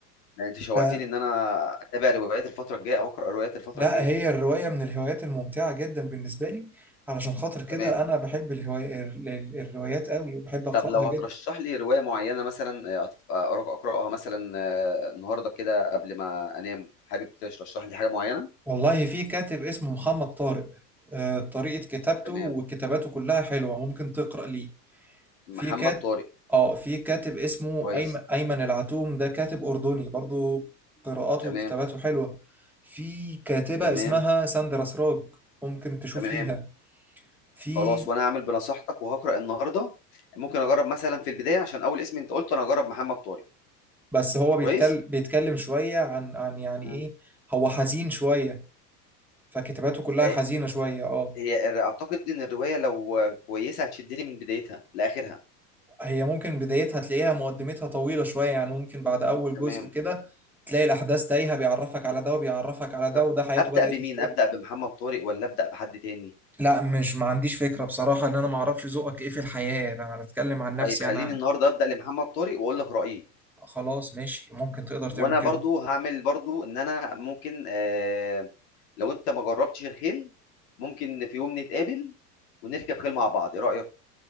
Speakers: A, on the left (about 70°); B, in the centre.
A: لا انت شوقتني
B: ف-
A: ان انا اتابع روايات الفتره الجايه او اقرا روايات الفتره
B: لا
A: الجايه
B: هي الرواية من الهوايات الممتعة جدا بالنسبة لي علشان خاطر كده
A: تمام
B: انا بحب الهواية ال- ال- الروايات قوي وبحب اقراها
A: طب لو
B: جدا
A: هترشح لي رواية معينة مثلا آه، أتف- آه، أقرأ- أقرأها مثلا آه، النهاردة كده قبل ما أنام حابب ترشح لي حاجة معينة؟
B: والله في كاتب اسمه محمد طارق آه، طريقة كتابته
A: تمام
B: وكتاباته كلها حلوة ممكن تقرأ ليه في
A: محمد
B: كات
A: طارق
B: اه في كاتب اسمه
A: كويس
B: أيمن أيمن العتوم ده كاتب أردني برضو قراءاته
A: تمام
B: وكتاباته حلوة في كاتبة
A: تمام
B: اسمها ساندرا سراج ممكن تشوف
A: تمام
B: ليها في
A: خلاص وأنا هعمل بنصيحتك وهقرأ النهاردة ممكن أجرب مثلا في البداية عشان أول اسم أنت قلته أنا هجرب محمد طارق
B: بس هو بيتكلم
A: كويس؟
B: بيتكلم شوية عن عن يعني
A: مم.
B: إيه هو حزين شوية فكتاباته كلها
A: آه،
B: حزينة شوية اه
A: هي أعتقد إن الرواية لو آه، كويسة هتشدني من بدايتها لآخرها
B: هي ممكن بدايتها تلاقيها مقدمتها طويلة شوية يعني ممكن بعد أول
A: تمام
B: جزء كده تلاقي الأحداث تايهة بيعرفك على ده وبيعرفك على ده
A: طب
B: وده حياته
A: أبدأ
B: بدأت
A: بمين؟
B: إزاي
A: أبدأ بمحمد طارق ولا أبدأ بحد تاني؟
B: لا مش ما عنديش فكرة بصراحة ان انا ما اعرفش ذوقك ايه في الحياة انا بتكلم عن نفسي
A: طيب خليني
B: انا
A: النهارده ابدا لمحمد طارق واقول لك رايي
B: خلاص ماشي ممكن تقدر تعمل
A: وانا
B: كده
A: برضو هعمل برضو ان انا ممكن آه لو انت ما جربتش الخيل ممكن في يوم نتقابل ونركب خيل مع بعض ايه رايك